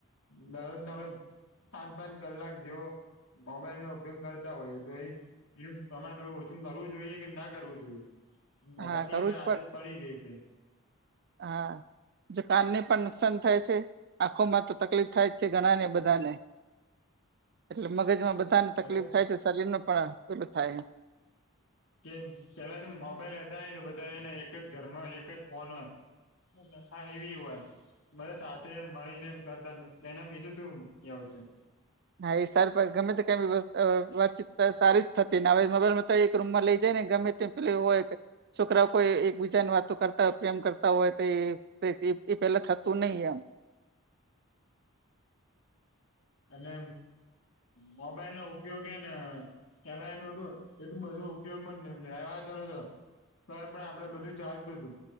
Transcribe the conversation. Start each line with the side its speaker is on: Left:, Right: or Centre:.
Left: દરરોજને આપણે પાંચ પાંચ કલાક જેવો મોબાઈલ નો ઉપયોગ કરતા હોઈએ તો એ તમારે થોડું ઓછું કરવું જોઈએ કે ના કરવું જોઈએ. બધા
Right: હા
Left: ની
Right: કરવું
Left: હવે
Right: જ
Left: આદત
Right: પડ
Left: પડી ગઈ છે.
Right: હા. જો કાનને પણ નુકસાન થાય છે આંખો માં તો તકલીફ થાય જ છે ઘણા ને બધાને એટલે મગજમાં બધાને તકલીફ
Left: અને
Right: થાય છે શરીર નું પણ પેલું થાય.
Left: કે પેલા તો મોબાઈલ હતા નહિ તો બધા એને એક જ ઘરમાં હોય એક જ ફોન હોય હા ઈવી હોય. બધા સાથે મળીને કરતા એના વીશું કેવું છે.
Right: હા એ સાર ગમે તો કઈ વાતચીત સારી જ થતી ને હવે મોબાઈલમાં તો એક રૂમ માં લઈ જને ગમે તે પેલા એવુ હોય છોકરાઓ કોઈ એક બીજા ની વાતો કરતા હોય પ્રેમ કરતા હોય તો એ એ પેલા થતું નહી એમ
Left: અને મોબાઈલ નો ઉપયોગે હેને પેલા એનું એટલું એટલું બધું ઉપયોગ માં લેવાતો નતો. તો એ પણ આપડે બધું ચાલતું હતું.